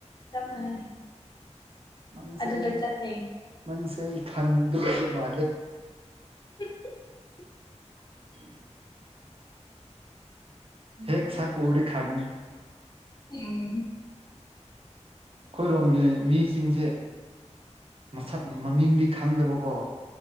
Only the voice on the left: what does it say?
ꯆꯞ ꯃꯥꯟꯅꯩ
ꯑꯗꯨꯗ
ꯆꯠꯂꯦ
<unintelligible>
ꯎꯝ